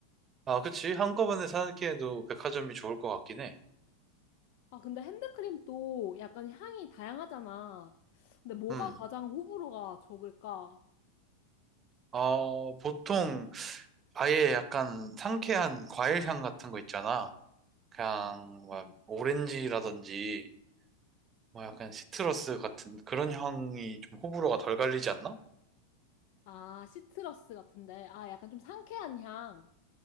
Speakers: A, on the right; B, on the left.
A: 아, 그치. 한꺼번에 사기에도 백화점이 좋을 것 같긴 해.
B: 아, 근데 핸드크림도 약간 향이 다양하잖아. 근데 뭐가
A: 음.
B: 가장 호불호가 적을까?
A: 어, 보통 아예 약간 상쾌한 과일 향 같은 거 있잖아. 그냥
B: 아,
A: 막
B: 음.
A: 오렌지라든지 뭐 약간 시트러스 같은 그런 향이 좀 호불호가 덜 갈리지 않나?
B: 아, 시트러스 같은데. 아, 약간 좀 상쾌한 향.